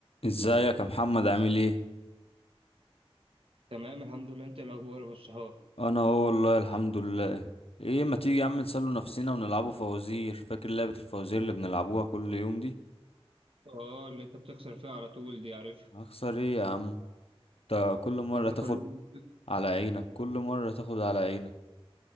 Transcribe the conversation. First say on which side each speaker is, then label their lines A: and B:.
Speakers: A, on the left (about 70°); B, on the right (about 65°).
A: ازيك يا محمد عامل ايه
B: تمام الحمد لله انت إيه الاخبار يا ابو الصحاب
A: انا اهو والله الحمد لله ايه ما تيجي يا عم نسلوا نفسنا ونلعبوا فوازير فاكر لعبة الفوازير اللي بنلعبوها كل يوم دي
B: اه اللي انت بتخسر فيها على طول دي عارف
A: هخسر ايه يا عم انت كل مرة
B: انت
A: تاخد
B: كل يوم
A: على عينك كل مرة تاخد على عينك